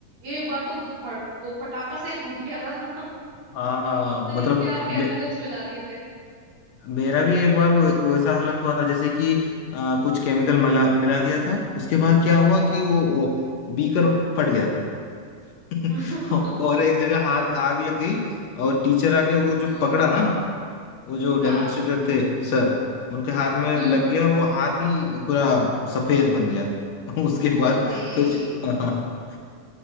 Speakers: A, on the right (about 85°); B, on the left (about 70°).
A: एक बार तो भड़, वो पटाखा सा ही फूट गया था <laughs>
B: हाँ
A: पता
B: मतलब
A: नहीं क्या केमिकल्स
B: मे-
A: मिला दिए थे
B: मेरा भी एक बार वो वैसा हालत हुआ था जैसे कि अ, कुछ केमिकल मिला मिला दिया था उसके बाद क्या हुआ
A: हम्म
B: कि वो, वो बीकर फट गया <laughs>
A: <laughs>
B: और एक जगह हाथ आग लग गई और टीचर आके वो जो
A: हम्म
B: पकड़ा ना वो जो
A: हाँ
B: डेमोन्स्ट्रेटर थे सर उनके हाथ में
A: हम्म
B: लग गया वो हाथ ही पूरा सफेद बन गया <laughs> उसके
A: ओ
B: बाद
A: भाई
B: कुछ <laughs>